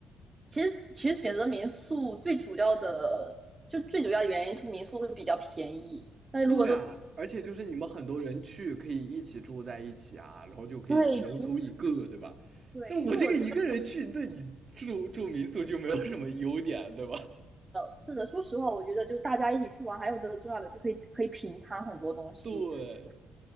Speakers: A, on the right; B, on the right.
A: 其实其实选择民宿最主要的，就最主要的原因是民宿会比较便宜。
B: <laughs>
A: 但是如果都
B: 对啊，而且就是你们很多人去可以一起住在一起啊，然后就可以只用租一个，
A: 对，其实
B: 对吧？
A: 对，
B: 那我这个一个人去，
A: 其实我觉得
B: 那你住住民宿就没有什么优点，对吧？
A: 是的。说实话，我觉得就大家一起去玩，还有个重要的就可以可以平摊很多东西，
B: <laughs> 对，